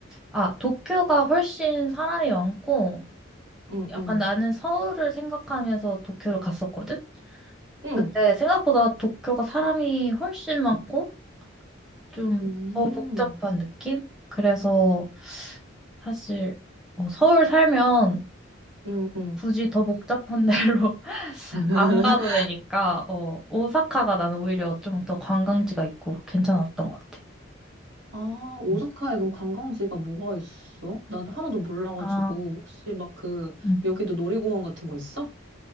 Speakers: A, in the centre; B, on the right.
A: 아, 도쿄가 훨씬 사람이 많고,
B: 응,
A: 약간
B: 응,
A: 나는 서울을 생각하면서 도쿄를 갔었거든?
B: 응,
A: 그때 생각보다 도쿄가 사람이 훨씬 많고, 좀
B: 응,
A: 더 복잡한 느낌? 그래서 사실, 어, 서울 살면
B: 응, 응.
A: 굳이 더 복잡한 <laughs> 데로
B: <laughs>
A: 안 가도 되니까, 어, 오사카가 나는 오히려 좀 더 관광지가 있고 괜찮았던 것 같아.
B: 아, 오사카에
A: 음.
B: 그럼 관광지가 뭐가 있어? 난 하나도 몰라가지고.
A: 아,
B: 혹시 막 그,
A: 음.
B: 여기도 놀이공원 같은 거 있어?